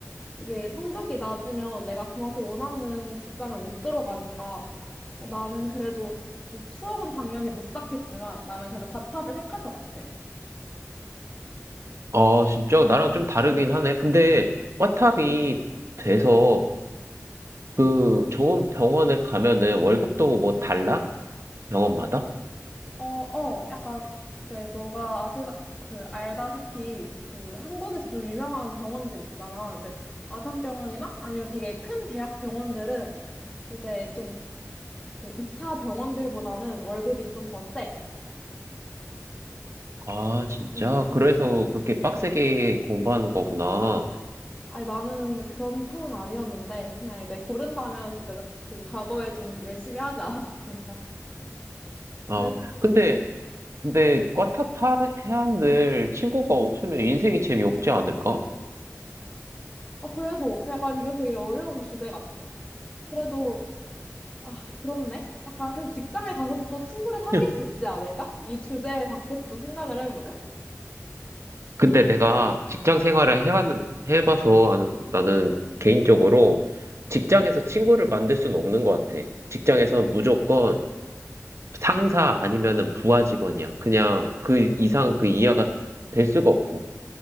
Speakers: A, on the left; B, on the right.
A: 이게 성적이 낮으면 내가 그만큼 원하는 직장을 못 들어가니까 나는 그래도 뭐 추억은 당연히 못 쌓겠지만 나는 그래도 과탑을 택할 것 같아.
B: 아, 진짜 나랑 좀 다르긴
A: 응.
B: 하네. 근데, 과탑이 돼서, 그 좋은 병원에 가면은 월급도 뭐 달라? 병원마다?
A: 어, 어, 약간 이제 너가 아시다, 그 알다시피 그 한국에서 좀 유명한 병원들 있잖아. 이제 아산병원이나 아니면 되게 큰 대학 병원들은 이제 좀 그 2차 병원들보다는 월급이 좀 더 세.
B: 아, 진짜?
A: 응.
B: 그래서 그렇게 빡세게 공부하는 거구나.
A: 아니 나는 그런 편은 아니었는데 그냥 이제 고른다면 이제 그 과거에 좀 열심히 하지 않았을까.
B: 아,
A: 그랬,
B: 근데, 근데 과타타 해안들 친구가 없으면 인생이 재미없지 않을까?
A: 어, 그래서 약간 이거 되게 어려운 주제 같아. 그래도 아, 그렇네. 약간 그래서 직장에 가서 또 친구를 사귈
B: <laughs>
A: 수 있지 않을까? 이 주제 밖에서 좀 생각을 해보면?
B: 근데 내가 직장 생활을 해봤는, 해봐서 아는- 나는 개인적으로 직장에서 친구를 만들 수는 없는 것 같아. 직장에선 무조건 상사 아니면은 부하 직원이야. 그냥 그 이상 그 이하가 될 수가 없어.